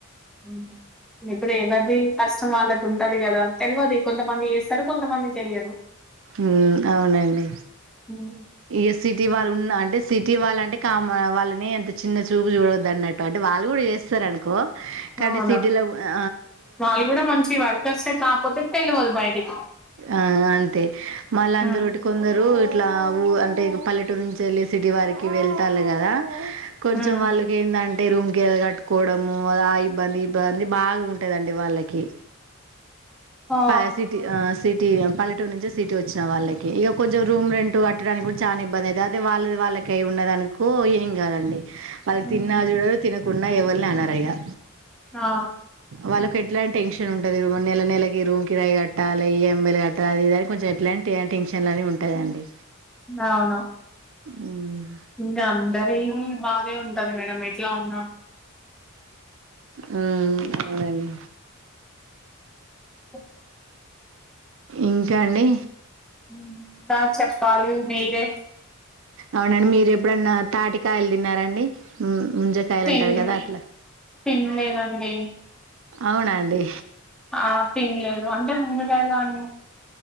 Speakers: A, in the centre; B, on the right (about 65°).
A: ఉమ్ ఇప్పుడేమ్. ఎవరిది కష్టం వాళ్ళకి ఉంటది కదా తెల్వది కొంతమంది చేస్తారు కొంతమంది చెయ్యరు
B: మ్ అవునండి
A: ఉమ్.
B: ఎసిటీ వాళ్ళు ఉన్న అంటే సిటీ వాళ్ళ అంటే కామ్ వాళ్ళని ఎంత చిన్న చూపు చూడవదు అన్నట్టు అంటే వాళ్ళు కూడా చేస్తారు అనుకో కానీ
A: అవును
B: సిటీలో వ్యా
A: వాళ్ళు కూడా మంచి వర్కర్సే కాకపోతే తెల్వదు బయటికి
B: ఆ అంతే మళ్ళ అందరూటి
A: ఉమ్
B: కొందరు ఇట్లా ఊ అంటే పల్లెటూరు నుంచి వెళ్ళే సిటీ వారికి వెళ్తారు కదా కొంచెం
A: ఉమ్
B: వాళ్ళకి ఏంటంటే రూమ్కి వె కట్టుకోవడము ఆ ఇబ్బంది ఇబ్బంది బాగా ఉంటు దండి వాళ్ళకి
A: ఆ
B: పర్సిటి పర్ టి. పల్లెటూర్ నుంచి సిటీ ఓచ్చిన వాళ్ళకి. ఇగ కొంచెం రూమ్ రెంట్ కట్టడానికి గుడా చానా ఇబ్బంది అయితది. అదే వాళ్ళది వాళ్ళక్ కై ఉన్నదనుకో ఏం కాదండి. వాళ్ళు
A: ఉమ్
B: తిన్నా చూడరు, తినకున్న ఎవలిని అనారయా.
A: ఆ
B: వాళ్ళకి ఎట్లాంటి టెన్షన్ ఉంటది నెల నెలకి రూమ్ కిరాయి కట్టాల ఎంలు కట్టాల అది కొంచం ఎట్లాంటి గ టెన్షన్లన్ని ఉంటదండి
A: అవును
B: ఉమ్
A: ఇంకా అందరివి బాధే ఉంటది మేడం ఎట్లా ఉన్నా
B: హ్మ్ అను
A: ఓ
B: ఇంకా అండి
A: ఇంకా చెప్పాలి మీరే
B: అవునండి మీ ఎప్పుడన్నా తాటికాయలు తిన్నారండి హ్మ్ ముంజకాయలు
A: తిన్
B: అంటారు కదా అట్లా
A: తినలేదండి
B: అవునా అండి
A: ఆ తిన్లేదు అంటే ముంజకాయల అని